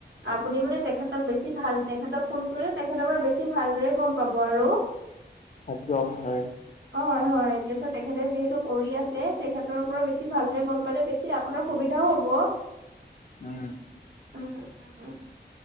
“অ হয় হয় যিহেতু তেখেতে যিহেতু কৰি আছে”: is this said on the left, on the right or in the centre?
Right